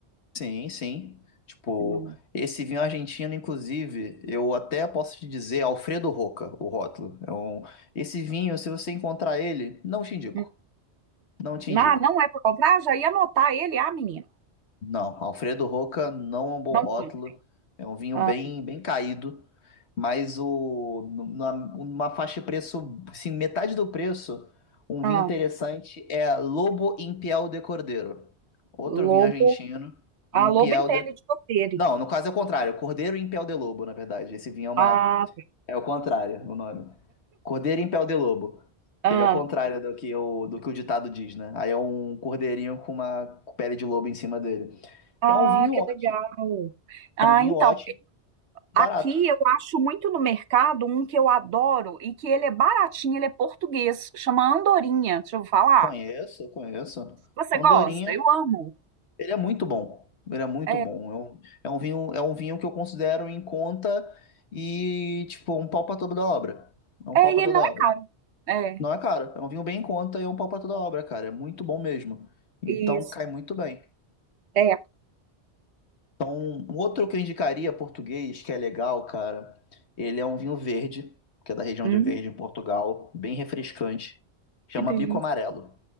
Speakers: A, on the left; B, on the right.
A: Sim, sim. Tipo,
B: Hum.
A: esse vinho argentino, inclusive, eu até posso te dizer Alfredo Roca, o rótulo. É um- Esse vinho, se você encontrar ele, não te indico.
B: hum.
A: Não te
B: Não,
A: indico.
B: não é para comprar, já ia anotar ele, ah, menino,
A: Não, Alfredo Roca não é um bom
B: não
A: rótulo.
B: compra.
A: É um vinho
B: Ah,
A: bem, bem caído. Mas o, numa, numa faixa de preço, assim, metade do preço, um
B: ah,
A: vinho interessante é Lobo Impiel de Cordeiro. Outro
B: lobo,
A: vinho argentino,
B: ah,
A: Impiel
B: lobo em pele
A: de
B: de cordeiro.
A: Não, no caso é o contrário. Cordeiro em Pel de Lobo, na verdade. Esse vinho é uma.
B: Ah,
A: É o contrário, o nome. Cordeiro em Pel de Lobo.
B: ah,
A: Que ele é o contrário do que o, do que o ditado diz, né? Aí é um cordeirinho com uma pele de lobo em cima dele.
B: ah,
A: É um vinho
B: que
A: ótimo.
B: legal. Ah,
A: É um vinho
B: então,
A: ótimo, barato.
B: aqui eu acho muito no mercado um que eu adoro e que ele é baratinho, ele é português, chama Andorinha, deixa eu falar.
A: Conheço, conheço.
B: Você
A: Andorinha,
B: gosta? Eu amo.
A: ele é muito bom. Ele é muito
B: É,
A: bom. É um, é um vinho, é um vinho que eu considero em conta e, tipo, um pau pra toda obra. É um
B: é,
A: pau pra
B: e
A: toda
B: ele não
A: obra.
B: é caro. É,
A: Não é caro, é um vinho bem em conta e é um pau pra toda obra, cara. É muito bom mesmo. Então
B: isso.
A: cai muito bem.
B: É.
A: Um, um outro que eu indicaria português, que é legal, cara, ele é um vinho verde, que é da região
B: Hum.
A: de Verde, em Portugal, bem refrescante. Chama
B: Que delícia.
A: Bico Amarelo.